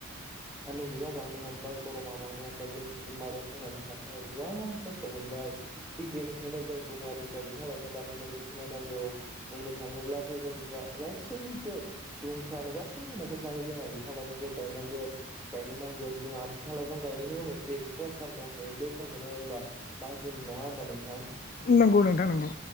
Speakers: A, in the centre; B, on the left.
A: सान्दुं बिबांआ बांनो हमबाय गरमा बांनो हमबाय जों सुबुं माहारिया थांनानै थानो थाखाय गोबां खस्थ' मोनबाय थिग बेनो बेंखायनो जों सुबुंमाहारिफ्रा बिफां लाइफां दानफायनायखौ खमायनांगौ बुंनो थाङोब्लाथ' जों गा-गासै गासैबो सुबुंफ्रानो गासैबो न'खरफ्रानो जोंहा बिफां लाइफांखौ गायनांगोन गायनो नांगोन जोंहा बिफां लाइफां बिफां गायनायनिबो मोनसे एक्सट्रा सान दंखायो बे सानखौनो होनबा बा जुन नङा हबा नोंथां।
B: नंगौ नोंथां नंगौ।